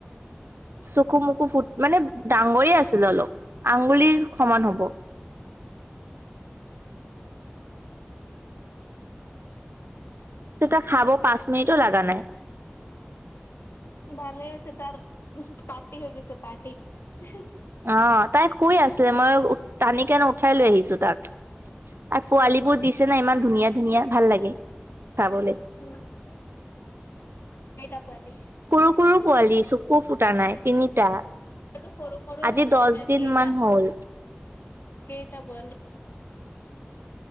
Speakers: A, on the right; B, on the left.
A: চকু মুকু ফুট মানে ডাঙৰে আছিলে অলপ, আঙুলিৰ সমান হ'ব।
B: <unintelligible>
A: তেতিয়া খাব পাঁচ মিনিটো লাগা নাই।
B: ভালে হৈছে তাৰ উহো পাৰ্টি হৈ গৈছে পাৰ্টি ইহি।
A: অঁ তাই শুই আছে, মই টানি কেনে উঠাই লৈ আহিছো তাক। আৰু পোৱালীবোৰ দিছে না ইমান ধুনীয়া ধুনীয়া ভাল লাগে চাবলে।
B: উম। কেইটা পোৱালি?
A: সৰু - সৰু পোৱালি চকু ফুটা নাই তিনিটা।
B: টো সৰু - সৰু
A: আজি
B: হব
A: দহ
B: এতিয়া
A: দিন
B: কেইটা
A: মান হ'ল
B: কেইটা পোৱালী?